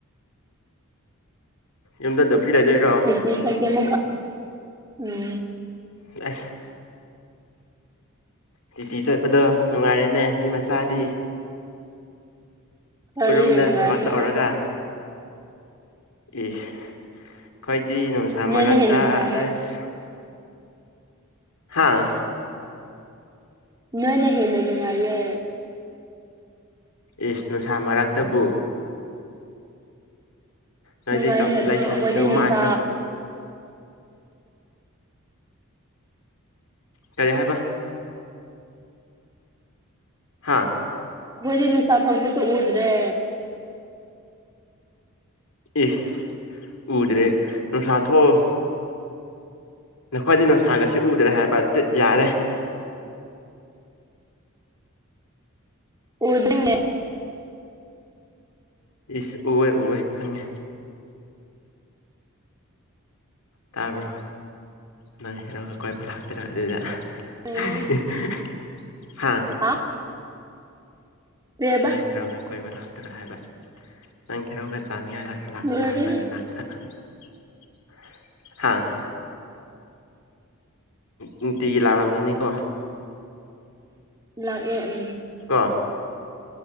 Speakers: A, on the left (about 75°); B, on the right (about 15°).
A: ꯌꯨꯝꯗ ꯗꯨꯝ ꯐ꯭ꯔꯤ ꯂꯩꯗꯣꯏꯔꯣ
B: <unintelligible> ꯎꯝ
A: <unintelligible> ꯗ꯭ꯌꯨꯇꯤ ꯆꯠꯄꯗꯣ ꯅꯨꯡꯉꯥꯏꯔꯦꯅꯦ ꯃꯤ ꯃꯆꯥꯗꯤ
B: ꯈꯔꯗꯤ
A: ꯎꯔꯨꯝꯗ
B: ꯅꯨꯡꯉꯥꯏꯅꯤꯗ
A: ꯊꯕꯛ ꯇꯧꯔꯒ ꯏꯁ ꯈꯣꯏꯗꯤ ꯅꯨꯡꯁꯥ
B: ꯅꯣꯏꯅ
A: ꯃꯔꯛꯇ
B: ꯍꯦꯟꯅ ꯅꯨꯡꯉꯥꯏꯌꯦ
A: ꯑꯁ ꯍꯥꯥ
B: ꯅꯣꯏꯅ ꯍꯦꯟꯅ ꯅꯨꯡꯉꯥꯏꯌꯦ
A: ꯏꯁ ꯅꯨꯡꯁꯥ ꯃꯔꯛꯇꯕꯨ ꯅꯣꯏꯗꯤ
B: ꯅꯨꯡꯉꯥꯏꯅ
A: ꯀꯝꯄ꯭ꯂꯦꯛꯁꯟꯁꯨ
B: ꯑꯗꯣ ꯑꯩꯈꯣꯏꯗꯤ ꯅꯨꯡꯁꯥ
A: ꯃꯥꯏꯁꯨ ꯀꯔꯤ ꯍꯥꯏꯕ ꯍꯥꯥ
B: ꯑꯈꯣꯏꯗꯤ ꯅꯨꯡꯁꯥ ꯊꯣꯛꯄꯁꯨ ꯎꯗ꯭ꯔꯦ
A: ꯏꯁ ꯎꯗ꯭ꯔꯦ ꯅꯨꯡꯁꯥ ꯊꯣꯛ ꯅꯈꯣꯏꯗꯤ ꯅꯨꯡꯁꯥꯒꯁꯦ ꯎꯗ꯭ꯔꯦ ꯍꯥꯏꯕ <unintelligible> ꯌꯥꯔꯦ
B: ꯎꯗꯦꯅꯦ
A: ꯑꯁ ꯎꯋꯦ ꯎꯋꯦ ꯈꯪꯉꯦ ꯇꯥꯕ꯭ꯔꯣ ꯅꯪ ꯍꯦꯔꯣꯒ ꯀꯣꯏꯕ <unintelligible> ꯑꯗꯨꯗ
B: ꯎꯝ
A: <unintelligible> ꯍꯥ
B: ꯍꯥ ꯀꯩꯕ
A: ꯅꯪ ꯍꯤꯔꯣꯒ ꯀꯣꯏꯕ ꯂꯥꯛꯇꯔꯣ ꯍꯥꯏꯕ ꯅꯪ ꯍꯤꯔꯣꯒ ꯆꯥꯅꯤꯡꯉꯥꯏ
B: ꯂꯣꯏꯔꯦ
A: ꯂꯥꯛꯇ <unintelligible> ꯍꯥꯥ ꯅꯨꯡꯇꯤꯒꯤ ꯂꯥꯛꯂꯝꯒꯅꯤꯀꯣ
B: ꯂꯥꯛ ꯑꯦ ꯎꯝ
A: ꯀꯣ